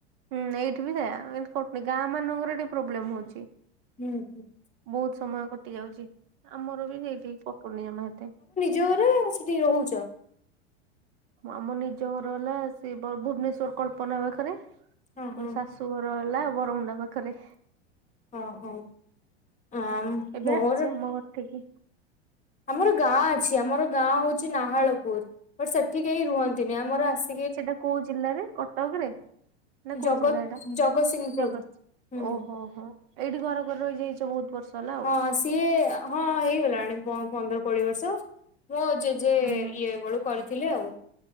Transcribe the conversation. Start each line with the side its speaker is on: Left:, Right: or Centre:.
Right: ହୁଁ ଏଇଠି ବି ସେୟା ଏମତି କଟୁନି ଗାଁ ମାନଙ୍କରେ ଟିକେ ପ୍ରୋବ୍ଲେମ ହଉଛି।
Left: ହୁଁ ହୁଁ।
Right: ବହୁତ ସମୟ କଟି ଯାଉଚି ଆମର ବି ସେଇଠି କଟୁନି ଜମା ଏତେ
Left: ଜୋରେ ଆଉ ସେଠି ରହୁଛ
Right: ଆମ ନିଜ ଘର ହେଲା ସେ ଭୁବନେଶ୍ଵର କଳ୍ପନା ପାଖରେ ମୋ
Left: ହଁ ହଁ।
Right: ଶାଶୁ ଶାଶୁଘର ହେଲା ବରମୁଣ୍ଡା ପାଖରେ।
Left: ଓ ହଉ ଆମ୍
Right: ଏବେ
Left: ମୋର
Right: ଆସଛି ଆମ ଘର ଠିକି
Left: ଆମର ଗାଁ ଅଛି ଆମର ଗାଁ ହଉଛି ନାହାଳପୁର ବଟ ସେଠି କେହି ରୁହନ୍ତିନି ଆମର ଆଶ୍
Right: ସେଟା କୋଉ ଜିଲ୍ଲାରେ କଟକରେ? ନା କୋଉ
Left: ଜଗତ
Right: ଜିଲ୍ଲା ଏଇଟା
Left: ଜଗତସିଂହପୁର
Right: ଜଗସିଂହପୁର
Left: ହୁଁ।
Right: ଓହୋ ହୋ ଏଇଠି ଘର ଘର ରହିଯାଇଛୁ ବହୁତ ବର୍ଷ ହେଲା ଆଉ।
Left: ହଁ ସିଏ ହଁ ହେଇଗଲାଣି ପନ୍ ପନ୍ଦର କୋଡିଏ ବର୍ଷ ମୋ ଜେଜେ
Right: ହୁଁ ହୁଁ।
Left: ଇଏ ବେଳୁ କରିଥିଲେ ଆଉ